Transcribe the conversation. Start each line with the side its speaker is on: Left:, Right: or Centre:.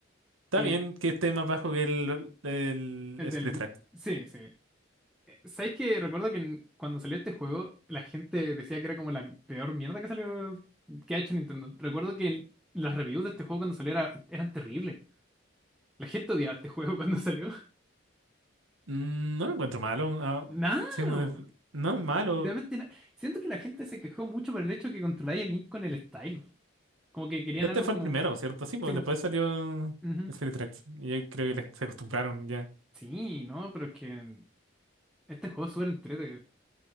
Right: Está
Centre: que
Right: bien que esté más bajo que el, el,
Centre: El
Right: Spirit
Centre: del... Sí, sí. Eh, ¿Sabes que Recuerdo que en- cuando salió este juego, la gente decía que era como la peor mierda que salió, que ha hecho Nintendo. Recuerdo que el- las reviews de este juego cuando salió era- eran terribles. La gente odiaba este juego cuando salió.
Right: Mm, No lo encuentro malo.
Centre: <laughs>
Right: ah,
Centre: no
Right: sí, me- no es malo.
Centre: Literalmente nada. Siento que la gente se quejó mucho por el hecho que controláis el Link con el stylus. Como que querían
Right: Este
Centre: algo
Right: fue
Centre: como...
Right: el primero, ¿cierto? Sí, pues
Centre: Sí, mo-
Right: después salió
Centre: ujú.
Right: Spirit Tracks. Y yo creo que les- se acostumbraron ya.
Centre: Sí, no, pero es que este juego es súper entretenido.